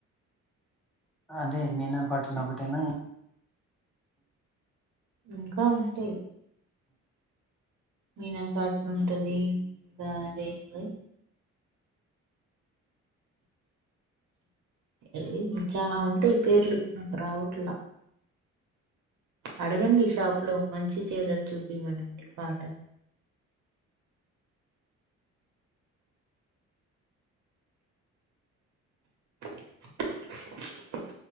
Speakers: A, in the centre; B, on the right.
A: అదే మీనా కాటన ఒకటేనా
B: ఇంకా ఉంటాయి మీనాకాటను ఉంటది ఇంకా రేం అవి ఇ చాల ఉంటాయి పేర్లు నాకు రావట్లా అడగండి షాప్ లో మంచి చీరలు చూపిమని కాటన్ <inaudible>